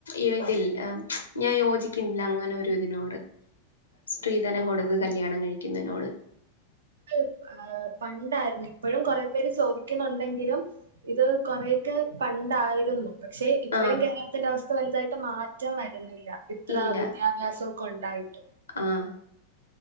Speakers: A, on the left; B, on the right.
A: ഇവതില്ല ഞാൻ യോജിക്കുന്നില്ല അങ്ങനൊരിതിനോട് സ്ത്രീധനം കൊട്ത്ത് കല്യാണം കഴിക്കുന്നേനോട്
B: ഏഹ് പണ്ടായ്ര്ന്ന് ഇപ്പഴും കൊറേ പേര് ചോദിക്കുന്നൊണ്ടെങ്കിലും ഇത് കൊറേയൊക്കെ പണ്ടായിര്ന്നു പക്ഷെ ഇപ്പഴും
A: ആഹ്
B: കേര്ളത്തിന്റെ അവസ്ഥ വലുതായിട്ട് മാറ്റം വരുന്നില്ല ഇത്ര
A: ഇല്ല
B: വിദ്യാ ഭ്യാസവൊക്കൊണ്ടായിട്ട്
A: ആഹ്